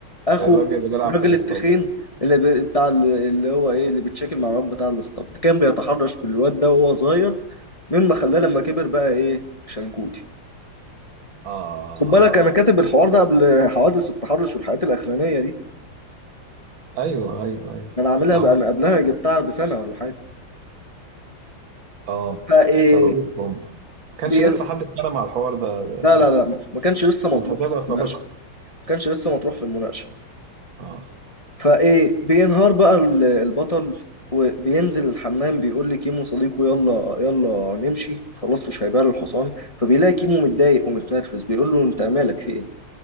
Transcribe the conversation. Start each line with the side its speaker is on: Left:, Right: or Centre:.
Left: اخو
Right: الراجل اللي بيلعب
Left: الراجل
Right: في الاسطنبول
Left: التخين اللي ب... بتاع ال- اللي هو ايه اللي بيتشكل مع الواد بتاع الاسطبل كان بيتحرش بالواد ده وهو صغير مما خلاه لما كبر بقى ايه شنكوتي
Right: اه
Left: خد بالك انا كاتب الحوار ده قبل حوادث التحرش والحاجات الاخرانية دي
Right: ايوه ايوه ايوه
Left: ده انا عاملها
Right: ما
Left: بقى
Right: هو
Left: انا قبلها جبتها بسنة ولا حاجة
Right: اه
Left: فايه
Right: سبقوكم هم ما كانش
Left: بي...
Right: لسه
Left: لا
Right: حد اتكلم على الحوار ده,
Left: لا لا
Right: ده لسه
Left: ما ما كانش لسه مطروح
Right: انت هتبقى
Left: في
Right: سابقة
Left: المناقشة ما كانش لسه مطروح في المناقشة
Right: اه
Left: فايه بينهار بقى ال- البطل وبينزل الحمام بيقول لكيمو صديقه يلا يلا نمشي خلاص مش هيبيع الحصان فبيلاقي كيمو متضايق ومتنرفز بيقول له انت مالك في ايه